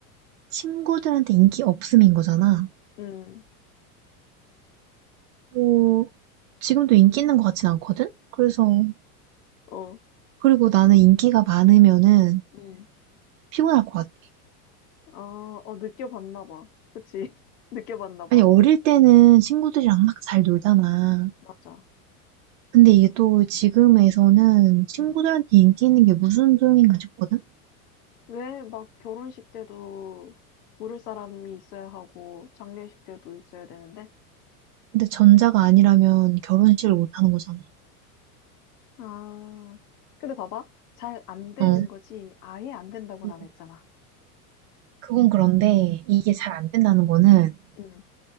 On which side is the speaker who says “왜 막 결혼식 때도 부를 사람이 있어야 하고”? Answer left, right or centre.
Left